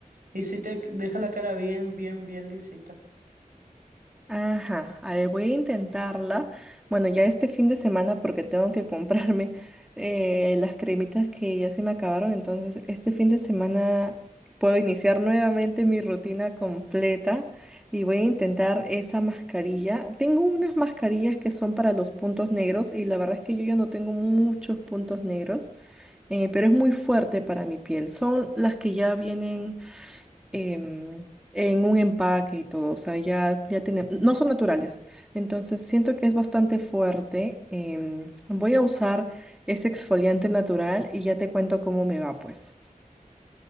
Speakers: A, on the right (about 75°); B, in the centre.
A: Y si te deja la cara bien, bien, bien lisita.
B: Ajá, a ver, voy a intentarla. Bueno, ya este fin de semana porque tengo que comprarme <laughs> eh, las cremitas que ya se me acabaron, entonces este fin de semana puedo iniciar nuevamente mi rutina completa y voy a intentar esa mascarilla. Tengo unas mascarillas que son para los puntos negros y la verdad es que yo ya no tengo muchos puntos negros, eh, pero es muy fuerte para mi piel. Son las que ya vienen em, en un empaque y todo, o sea, ya, ya tiene, no son naturales. Entonces, siento que es bastante fuerte. em, voy a usar ese exfoliante natural y ya te cuento cómo me va, pues.